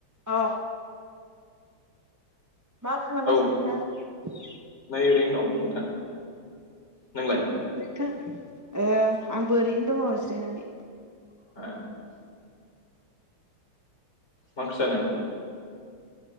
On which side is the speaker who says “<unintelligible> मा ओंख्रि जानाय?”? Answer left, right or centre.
Left